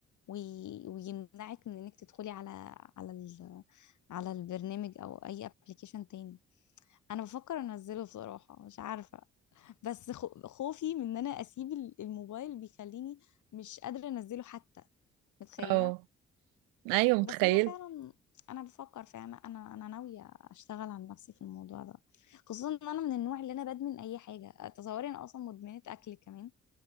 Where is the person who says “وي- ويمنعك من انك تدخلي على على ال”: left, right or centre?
Left